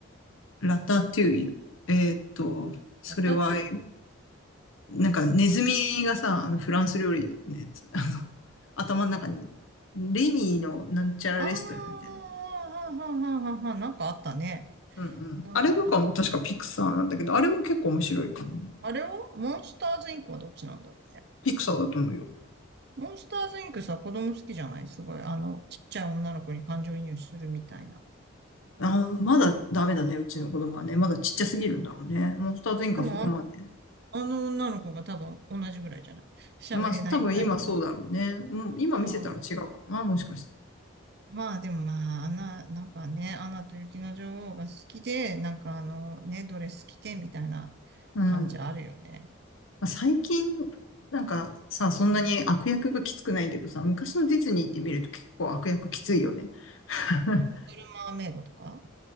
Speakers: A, on the left; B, on the right.
A: ラタトゥイユ。えーっと、それは、
B: やったってる
A: えなんかネズミがさ、あのフランス料理のやつ、<laughs> あの、頭の中に、レミーのなんちゃらレストランみたいな。
B: ああー、はんはんはんはんはん、なんかあったね。
A: うんうん。
B: なんかあった。
A: あれとかも確かピクサーなんだけど、あれも結構面白いかな。
B: あれはモンスターズインクはどっちなんだろうね。
A: ピクサーだと思うよ。
B: モンスターズインクさ、子供好きじゃないすごい。あの、ちっちゃい女の子に感情移入するみたいな。
A: あー、まだダメだね、うちの子供はね。まだちっちゃすぎるんだろうね。モンスターズインかそこまで。
B: でもあの、あの女の子が多分同じぐらいじゃない喋れないぐらいの。
A: まあ、多分今そうだろうね。もう今見せたら違うかな、
B: うん。
A: もしかして。
B: まあでもまあ、アナ、なんかね、アナと雪の女王が好きで、なんかあの、ね、ドレス着てみたいな
A: うん。
B: 感じあるよね。
A: まあ最近、なんかさ、そんなに悪役がきつくないけどさ、昔のディズニーって見ると結構悪役きついよね。<laughs>
B: リトルマーメイドとか